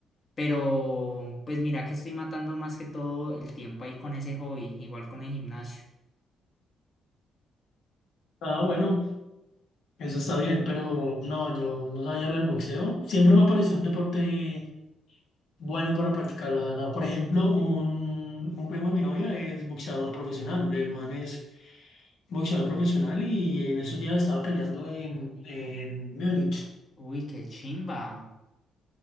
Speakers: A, on the left; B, on the left.
A: pero pues mira que estoy matando más que todo el tiempo ahí con ese hobby, igual con el gimnasio.
B: Ah, bueno. Eso está bien, pero no, yo no sabía lo del boxeo. Siempre me pareció un deporte bueno para practicar, la verdad. Por ejemplo, un, un primo de mi novia es boxeador profesional. El man es boxeador profesional y en esos días estaba peleando en, en Múnich.
A: Uy, qué chimba.